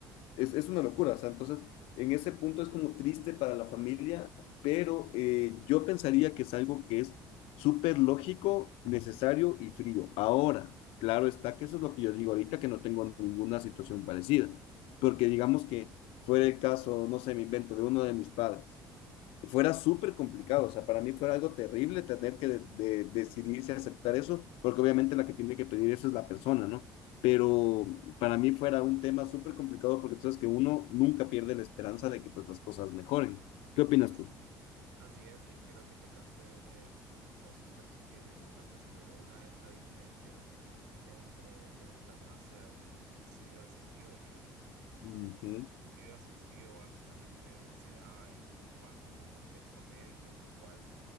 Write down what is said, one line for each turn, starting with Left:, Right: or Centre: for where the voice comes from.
Left: es, es una locura, o sea, entonces, en ese punto es como triste para la familia, pero eh, yo pensaría que es algo que es súper lógico, necesario y frío. Ahora, claro está que eso es lo que yo digo ahorita, que no tengo ninguna situación parecida, porque digamos que fuera el caso, no sé, me invento, de uno de mis padres fuera súper complicado, o sea, para mí fuera algo terrible tener que de, de- decidirse a aceptar eso, porque obviamente la que tiene que pedir eso es la persona, ¿no? Pero para mí fuera un tema súper complicado porque tú sabes que uno nunca pierde la esperanza de que pues las cosas mejoren. ¿Qué opinas
Right: As-
Left: tú?
Right: Así es, y creo que tocaste eh, dos aspectos bien importantes, que una es la diferencia entre eutanasia y suicidio asistido, que
Left: Ujú.
Right: suicidio asistido básicamente se da en, bajo un contexto médico en el cual